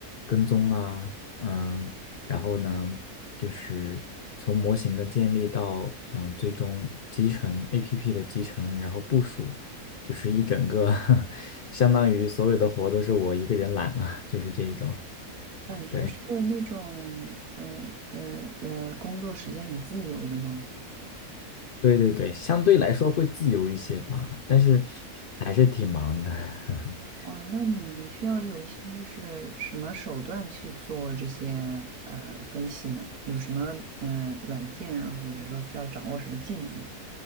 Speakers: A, on the left; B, on the right.
A: 跟踪啊，嗯，然后呢，就是从模型的建立到，嗯，最终集成 APP 的集成，然后部署，就是一整个，<laughs> 相当于所有的活都是我一个人揽了，就是这一种。
B: 感觉是那种呃呃呃，
A: 对，
B: 工作时间很自由的吗？
A: 对对对，相对来说会自由一些吧，但是还是挺忙的。<laughs>
B: 哦，那你需要有一些就是什么手段去做这些呃分析呢？有什么呃软件啊，或者说需要掌握什么技能呢？